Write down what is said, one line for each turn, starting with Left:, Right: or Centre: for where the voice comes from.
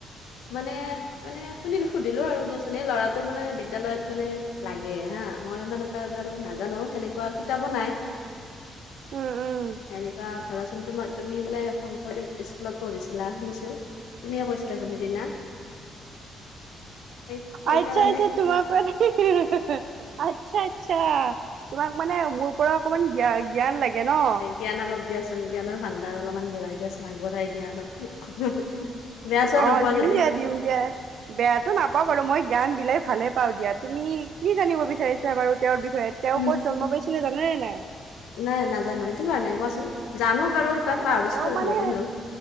Left: মানে- মানে শুনিলো সুধিলো আৰু দিয়াচোন এই ল'ৰাটো মানে বিদ্যলয়ত মানে লাগে হাঁ, মই মানে- তাৰপৰাটো নাজানো, সেনেকুৱা কিতাপো নাই।
Right: উম' উম'
Left: সেনেকুৱা ধৰাচোন তোমা তুমি বোলে শংকৰদেৱ স্কুলত পঢ়িছিলা শুনিছো। তুমিয়ে কৈছিলাচোন সিদিনা। সেই সেইকাৰণে
Right: আৎচ্ছা আৎচ্ছা। তোমাক মানে আৎচ্ছা আৎচ্ছা তোমাক মানে মোৰ- পৰা অকমান জ্ঞা জ্ঞান লাগে ন।
Left: জ্ঞান অলপ দিয়াচোন জ্ঞানৰ ভাণ্ডাৰ অলপমান বঢ়াই দিয়াচোন আগবঢ়াই দিয়া অলপ মোক। বেয়া চেয়া
Right: অঁ
Left: নোপোৱা
Right: দিম
Left: যদি
Right: দিয়া দিম দিয়া, বেয়াতো নাপাওঁ বাৰু মই জ্ঞান বিলাই ভালে পাওঁ দিয়াত। তুমি কি জানিব বিচাৰিছা বাৰু তেওঁৰ বিষয়ে তেওঁ
Left: অ
Right: ক'ত জন্ম পাইছিলে জানানে নাই?
Left: নাই নাজানো, এইটো কাৰণে কোৱাচোন জানো বাৰু কিবা
Right: নাই নাই
Left: পাহৰিছো
Right: তেওঁ
Left: আৰু
Right: মানে
Left: বহুত দিন হ'ল।